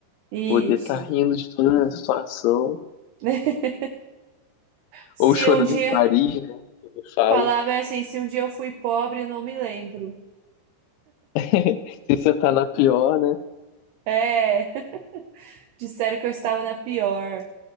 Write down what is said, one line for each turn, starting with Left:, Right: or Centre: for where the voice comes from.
Right: Isso.
Left: Poder estar rindo de toda a situação,
Right: <laughs> Se
Left: ou chorando
Right: um dia
Left: em Paris, né? Como eu falo.
Right: falava assim, se um dia eu fui pobre, não me lembro.
Left: <laughs> Se você tá na pior, né?
Right: É, <laughs> disseram que eu estava na pior,